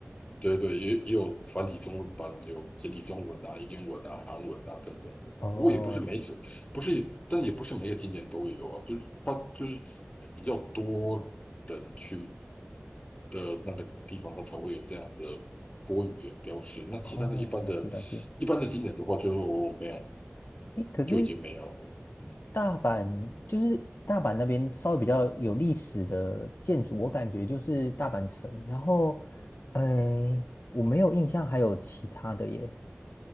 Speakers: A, on the left; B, on the left.
A: 对对，也也有繁体中文版，有简体中文啊、英文啊、韩文啊等等不过也不是每个，
B: 哦
A: 不是，但也不是每个景点都有啊。就是它就是比较多人去的那个地方，它才会有这样子的多语言标识。那其他的一般的、
B: 哦，了解了解。
A: 一般的景点的话，就没有，
B: 哎，可是
A: 就已经没有了。嗯，
B: 大阪就是大阪那边稍微比较有历史的建筑，我感觉就是大阪城。然后，哎，我没有印象还有其他的耶。